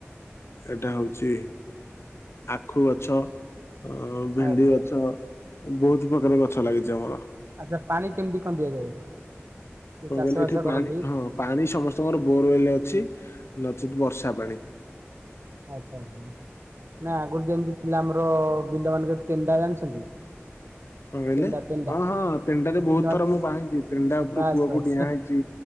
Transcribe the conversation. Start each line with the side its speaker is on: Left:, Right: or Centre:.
Left: ଏଇଟା ହଉଚି ଆଖୁ ଗଛ। ଅ ଭେଣ୍ଡି
Right: ଆଚ୍ଛା
Left: ଗଛ ବହୁତ ପ୍ରକାର ଗଛ ଲାଗିଛି ଆମର।
Right: ଆଚ୍ଛା ପାଣି କେମିତି କଣ ଦିଆଯାଏ? ଯୋଉ
Left: କଣ
Right: ଚାଷ
Left: କହିଲେ
Right: ବାସ
Left: ଏଠି ପାଣି
Right: କରନ୍ତି
Left: ହଁ ପାଣି ସମସ୍ତଙ୍କର ବୋରୱଲେ ଅଛି। ନଚେତ୍ ବର୍ଷା ପାଣି।
Right: ଆଚ୍ଛା ଆଚ୍ଛା। ନା ଆଗରୁ ଯେମିତି ଥିଲା ଆମର ବିିଲ ମାନଙ୍କ ତେଣ୍ଡା ଜାଣିଛନ୍ତି?
Left: କଣ କହିଲେ
Right: ତେଣ୍ଡା ତେଣ୍ଡା
Left: ହଁ ହଁ ତେଣ୍ଡାରେ ବହୁତ
Right: ବିଲ
Left: ଥର ମୁଁ ପାଣି ଦିଏ। ତେଣ୍ଡା ଉପରୁ
Right: ବାସ୍
Left: କୂଅକୁ
Right: ବାସ୍
Left: ଡିଆଁ ହେଇଛି।